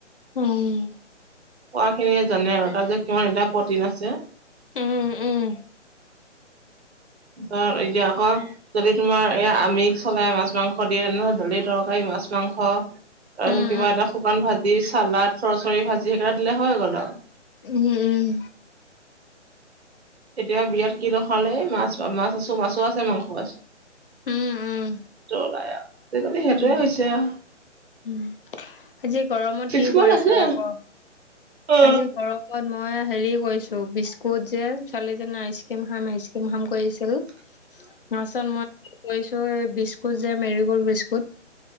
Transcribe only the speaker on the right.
পোৱা খিনিয়ে জানে আৰু তাত যে কিমান এটা প্ৰটিন আছে <inaudible>
ত এতিয়া আকৌ যদি তোমাৰ এ আমিষ চলাই মাছ মাংস দিয়ে তেনেহলে দালি তৰকাৰী মাছ মাংস তাৰপিছত
কিবা এটা শুকান ভাজি চালাদ চৰচৰি ভাজি সেইকেইটা দিলে হৈ গ'ল আৰু
<inaudible> এতিয়া বিয়াত কিনো খোৱালে এই মাছ মাছ আছো মাছো আছে মাংসও আছে
ওলাই আজিকালি সেইটোৱে
হৈছে আৰু
কিছুমান
আছে
অ
<inaudible>